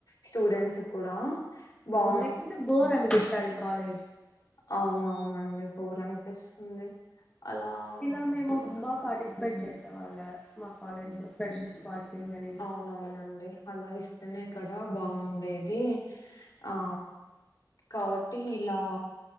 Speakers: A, on the left (about 60°); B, on the left (about 15°).
A: స్టూడెంట్స్ కూడా బా
B: కాకపోతే బోర్ అనిపిస్తది కాలేజ్
A: అవునవునండి బోర్ అనిపిస్తుంది అలా
B: ఇలా మేము
A: ఉన్
B: బాగా పాటిస్పేట్ చేసే వాళ్ళ మా కాలేజ్ లో ఫ్రెషర్స్ పార్టీ అని
A: అవునవునండి అలా ఇస్తేనే కదా బాగుండేది అది ఆ కాబట్టి ఇలా